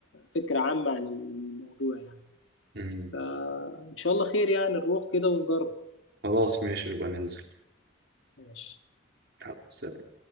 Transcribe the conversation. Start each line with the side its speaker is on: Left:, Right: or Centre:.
Left: فكره عامه عن الموضوع يعني
Right: مم.
Left: فان شاء الله خير يعني نروح كده ونجرب
Right: خلاص ماشي نبقى ننزل
Left: ماشي
Right: يلا، سلام.